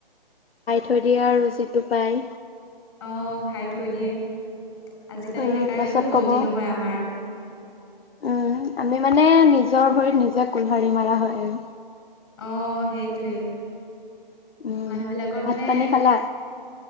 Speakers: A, on the left; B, on the left.
A: থ দয়া ৰু যিটো পায়।
B: অ খাই থৈ দিয়ে আজিকালি
A: উম
B: সেইকাৰণেতো
A: পাছত
B: উন্নতি
A: কব
B: নহয় আমাৰ।
A: উম আমি মানে নিজৰ ভৰিত নিজে কোলহাৰি মাৰা হয় আৰু।
B: অহ সেইটোৱে
A: উম
B: মানুহ বিলাকৰ
A: ভাত
B: মানে
A: পানী খালা